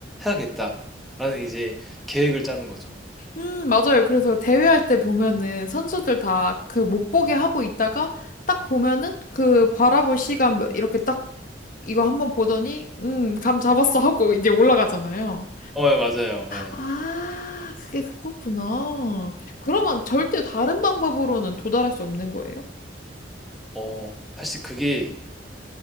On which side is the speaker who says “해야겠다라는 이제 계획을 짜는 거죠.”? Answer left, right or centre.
Centre